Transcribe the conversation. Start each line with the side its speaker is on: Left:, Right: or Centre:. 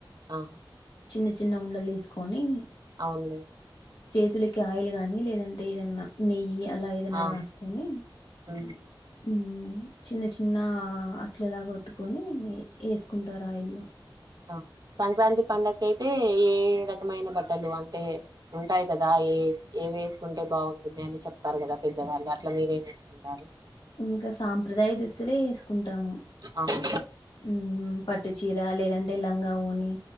Right: ఆ
Left: చిన్న చిన్న ఉండలు తీసుకొని
Right: అవునులే
Left: తులకి ఆయిల్ నీ లేదంటే ఏదన్నా నెయ్యి ఈ అలా ఏదైనా
Right: ఆ
Left: రాసుకొని
Right: ఉమ్.
Left: ఉ చిన్న చిన్న అట్లలాగా ఒత్తుకొని వేసుకుంటారు ఆయిల్లో
Right: ఆ సంక్రాంతి పండకి అయితే ఏ రకమైన బట్టలు అంటే ఉంటాయి కదా ఏ ఏ వేసుకుంటే బాగుంటుంది అని చెప్తారు కదా పెద్దవాళ్ళు అట్లా మీరేం వేసుకుంటారు
Left: ఇంకా సాంప్రదాయ దుస్తులే వేసుకుంటాము
Right: ఆహా
Left: ఉ పట్టుచీర లేద లంగా వోని